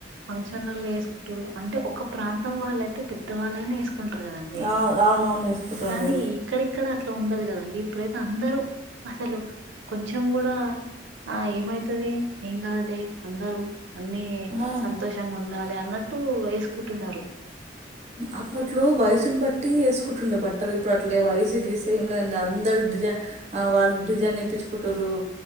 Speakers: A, on the right (about 85°); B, on the right (about 40°).
A: ఫంక్షన్ హాల్లో వేసు కుంటు అంటే ఒక ప్రాంతం వాళ్ళ అయితే పెద్ద వాళ్ళైన వేసుకుంటారు కదండి
B: ఆ, అవునవును వేసుకుంటారండి
A: కానీ ఇక్కడిక్కడ అట్లా ఉండదు కదండి ఇప్పుడైతే అందరూ అసలు కొంచెం కూడా ఆ ఏమయితది ఏం కాదులే అందరు అన్ని
B: ఆ
A: సంతోషంగా ఉండాలి అన్నట్టు వేసుకుంటున్నారు
B: అప్పట్లో వయసుని బట్టి వేసుకుంటుండే బట్టలు ఇప్పుడు అట్లే వయసు గీసు ఏం లేదండి అందరు డిజై వారికి డిజైన్ ఏపించుకుంటుర్రు